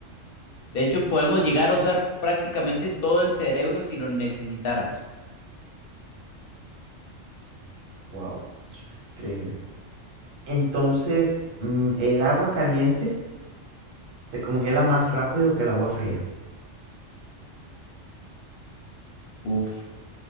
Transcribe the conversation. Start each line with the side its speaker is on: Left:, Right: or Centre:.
Left: De hecho, podemos llegar a usar prácticamente todo el cerebro si lo necesitáramos.
Right: wow, es increíble. Entonces, mm, el agua caliente se congela más rápido que el agua fría.
Left: Uf,